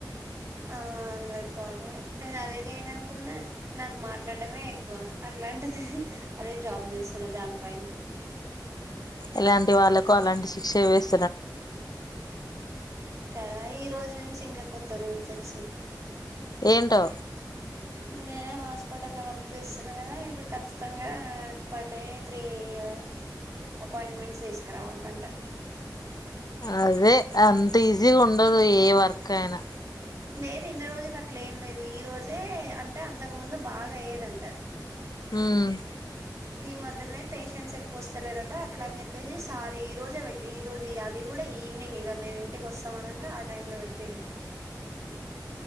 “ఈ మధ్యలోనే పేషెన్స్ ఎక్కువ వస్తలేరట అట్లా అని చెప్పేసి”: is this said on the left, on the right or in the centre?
Right